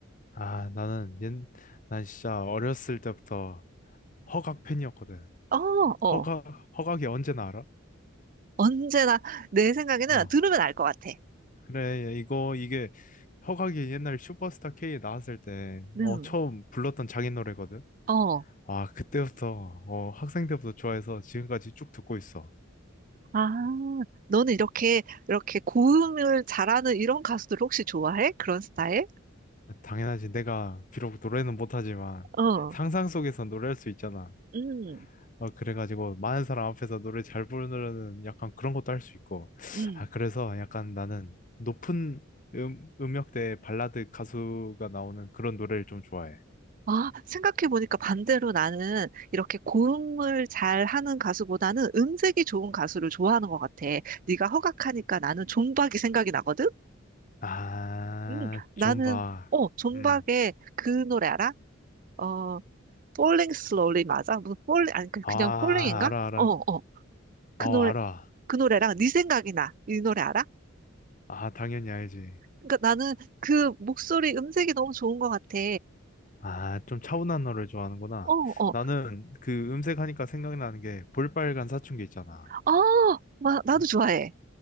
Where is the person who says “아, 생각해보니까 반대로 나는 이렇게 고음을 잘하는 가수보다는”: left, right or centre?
Right